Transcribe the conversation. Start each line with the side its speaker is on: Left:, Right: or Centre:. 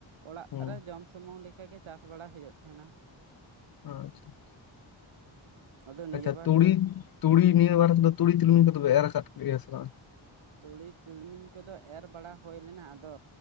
Right: ᱚᱲᱟᱜ
Left: ᱦᱚᱸ
Right: ᱨᱮ ᱡᱚᱢ ᱥᱚᱢᱩᱝ ᱞᱮᱠᱟᱜᱮ ᱪᱟᱥ ᱵᱟᱲᱟ ᱦᱚᱭᱚᱜ ᱛᱟᱦᱮᱸᱱᱟ ᱾
Left: ᱟᱪᱷᱟᱻᱪᱷᱟ <inaudible>
Right: ᱟᱫᱚ ᱱᱤᱭᱟᱹ
Left: ᱟᱪᱷᱟ
Right: ᱵᱟᱨ
Left: ᱛᱩᱲᱤ,
Right: ᱛᱮ
Left: ᱛᱩᱲᱤ ᱱᱤᱭᱟᱹ ᱵᱟᱨ ᱫᱚ ᱛᱩᱲᱤ ᱛᱤᱞᱩᱢᱤ ᱠᱚᱫᱚ ᱯᱮ ᱮᱨ ᱟᱠᱟᱫ ᱜᱮᱭᱟ ᱥᱮ ᱵᱟᱝ?
Right: ᱛᱩᱲᱤ ᱛᱤᱞᱢᱤᱧ ᱠᱚᱫᱚ ᱮᱨ ᱵᱟᱲᱟ ᱦᱚᱭ ᱞᱮᱱᱟ ᱟᱫᱚ